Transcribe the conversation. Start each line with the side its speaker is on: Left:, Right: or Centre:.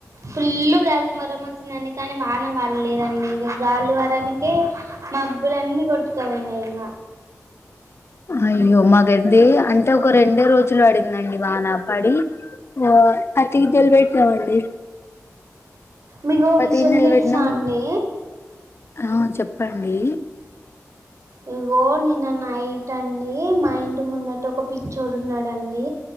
Right: ఫుల్ గాలి, దుమారం వచ్చిందండి. కానీ, వాన పల్లేదండి ఇగ గాలి దుమారానికే. కే మబ్బులన్నీ కొట్టుకపోయినయ్ ఇంగ.
Left: అయ్యో మాకయితే అంటే ఒక రెండే రోజులు పడిందండి వాన. పడి ఓ పత్తిగింజల్ పెట్టినామండి.
Right: మీకో
Left: పది
Right: విషయం
Left: గిన్నెలు
Right: తెలుసా
Left: పెట్టినాం
Right: అండి?
Left: ఆ చెప్పండి.
Right: ఇగో నిన్న నైట్ అండి, మా ఇంటి ముందటొక పిచ్చోడు ఉన్నాడండి.